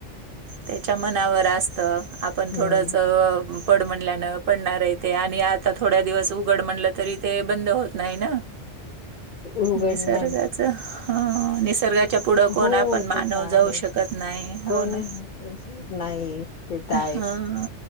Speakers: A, on the right; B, on the left.
A: त्याच्या मनावर असतं आपण थोडंसं
B: हम्म
A: पड म्हणल्यान पडणार आहे ते आणि आता थोड्या दिवस उघड म्हलं तरी ते बंद होत नाही ना
B: उघडणार
A: निसर्गाच ह निसर्गाच त्यापुुढं कोण
B: हो
A: आपण
B: ते
A: मानव
B: तर आहे
A: जाऊ शकत नाही हो
B: कोण
A: ना?
B: नाही ते तर आहे
A: हा हा